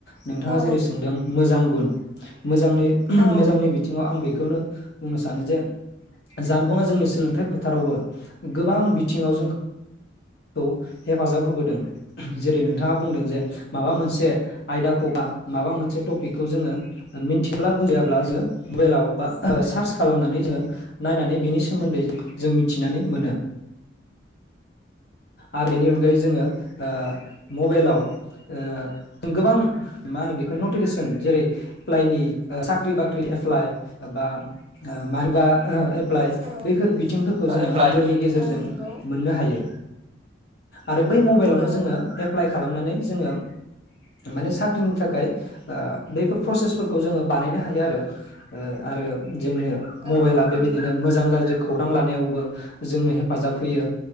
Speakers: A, on the left (about 60°); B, on the right (about 30°).
A: नोंथाङा
B: औ
A: जेरै सोंदों मोजां गुन <inaudible> मोजांनि
B: औ
A: मोजांनि बिथिङाव आं बे बेखौनो बुंनो सानो जे जानबुङा जोंनि सोलोंथाइ फोथारावबो गोबां बिथिङाव जों खौ हेफाजाब होबोदों जेरै नों थाङा बुंदों जे माबा मोनसे आयदाखौ बा माबा मोनसे टपिकखौ जोङो मिथियाब्ला बुजायाब्ला जोङो मबाइलाव बा सार्च खालामनानै जोङो नायनानै बिनि सोमोन्दै जों मिथिनानै मोनो। आरो बेनि अनगायै जोङो ओ मबाइलाव ओ गोबां मा होनो बेखौ नटिफिकेसन जेरै एप्लाइनि साख्रि बाख्रि एप्लाइ बा मानिबा एप्लाइ
B: औ
A: बैफोर बिथिंफोरखौ
B: औ
A: जोङो
B: एप्लाइ
A: मबाइलनि गेजेरजों
B: औ नंगौ
A: मोननो हायो आरो बै मबाइलावनो
B: औ
A: जोङो एप्लाइ खालामनानै जोङो माने साख्रिनि थाखाय बेैफोर प्रसेसफोरखौ जोङो बानायनो हायो आरो आरो जोंनो मबाइला
B: औ नंगौ
A: बेबायदिनो मोजां गाज्रि खौरां लानायावबो जोंनो हेफाजाब होयो